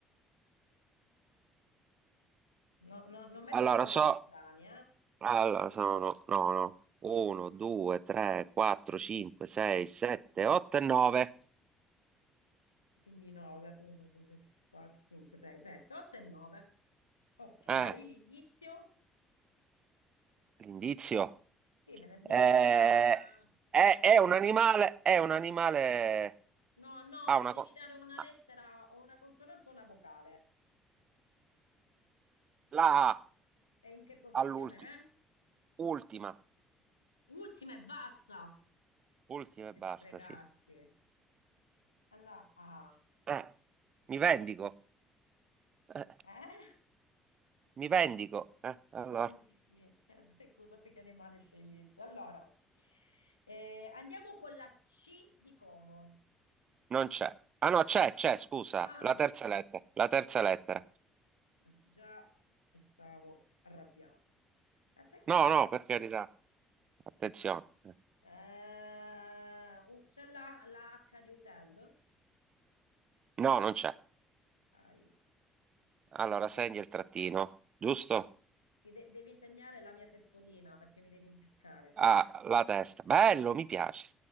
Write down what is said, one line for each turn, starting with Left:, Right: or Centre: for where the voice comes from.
Left: No- no- non mettere
Right: Allora,
Left: animali
Right: so...
Left: strani, eh?
Right: Allora, sono... No, no. 1, 2, 3, 4, 5, 6, 7, 8 e 9.
Left: Quindi 9, 1, 2, 3, 4, 5, 6, 7, 8 e 9. Ok,
Right: Eh,
Left: l'indizio?
Right: l'indizio.
Left: Sì, me ne- mi
Right: Eh,
Left: devi dare una
Right: è,
Left: consonante.
Right: è un animale, è un animale...
Left: No, no,
Right: Ha una...
Left: mi devi
Right: co-
Left: dare una
Right: ah,
Left: lettera o una consonante o una vocale.
Right: La A.
Left: E in che posizione
Right: all'ultima,
Left: è?
Right: ultima,
Left: Ultima e basta. Se
Right: ultima e basta,
Left: sprecasti.
Right: sì.
Left: Alla A.
Right: Eh, mi vendico, eh,
Left: Eh?
Right: mi vendico. Eh, allora,
Left: Dimentichi, che <laughs> cosa che animale scegliesti? Allora, eh, andiamo con la C di Como.
Right: non c'è. Ah no, c'è, c'è, scusa,
Left: Ah,
Right: la terza lettera, la terza lettera.
Left: eh, già mi stavo arrabbiando. La terza
Right: No,
Left: lei.
Right: no, per carità, attenzione. Eh,
Left: Eh, uh, c'è la, la H di hotel.
Right: No, non c'è.
Left: Dai,
Right: Allora,
Left: quindi
Right: segni il trattino, giusto?
Left: ti de- devi insegnare la mia testolina perché mi devi impiccare.
Right: Ah, la testa. Bello, mi piace.